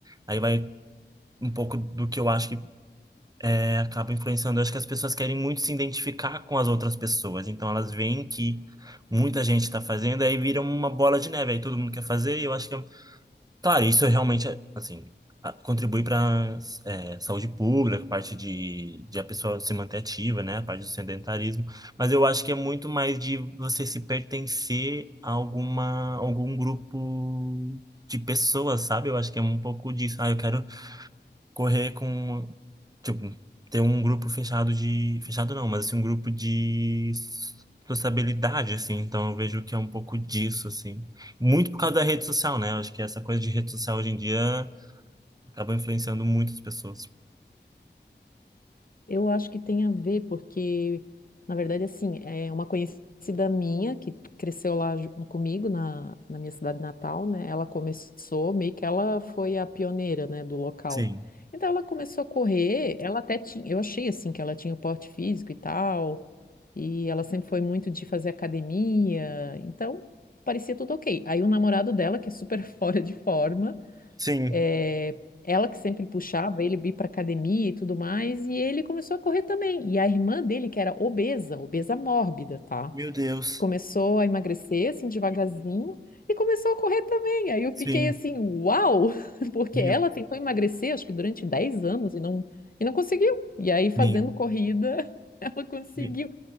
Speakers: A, on the right; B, on the left.
A: aí vai um pouco do que eu acho que é, acaba influenciando. Eu acho que as pessoas querem muito se identificar com as outras pessoas, então elas veem que muita gente está fazendo, aí vira uma bola de neve, aí todo mundo quer fazer, e eu acho que, é- claro, isso realmente, é, assim, a- contribui para é, saúde pública, a parte de, de a pessoa se manter ativa, né, a parte do sedentarismo, mas eu acho que é muito mais de você se pertencer a alguma, algum grupo de pessoas, sabe? Eu acho que é um pouco disso. Ah, eu quero correr com, tipo, ter um grupo fechado de, fechado não, mas assim, um grupo de sociabilidade, assim, então eu vejo que é um pouco disso, assim. Muito por causa da rede social, né? Eu acho que essa coisa de rede social hoje em dia acaba influenciando muitas pessoas.
B: Eu acho que tem a ver, porque, na verdade, assim, é uma conhecida minha que cresceu lá ju- comigo, na, na minha cidade natal, né? Ela começou, meio que ela foi a pioneira, né, do local.
A: Sim.
B: Então, ela começou a correr, ela até tinha, eu achei, assim, que ela tinha o porte físico e tal, e ela sempre foi muito de fazer academia, então, parecia tudo ok. Aí, o namorado dela, que é super <laughs> fora de forma,
A: Sim.
B: é, ela que sempre puxava ele para pra academia e tudo mais, e ele começou a correr também. E a irmã dele, que era obesa, obesa mórbida, tá?
A: Meu Deus.
B: Começou a emagrecer assim devagarzinho e começou a correr também. Aí eu fiquei
A: Sim.
B: assim, uau! <laughs> Porque
A: Meu.
B: ela tentou emagrecer, acho que durante 10 anos e não e não conseguiu. E aí fazendo
A: Sim.
B: corrida, <laughs> ela conseguiu.
A: Me-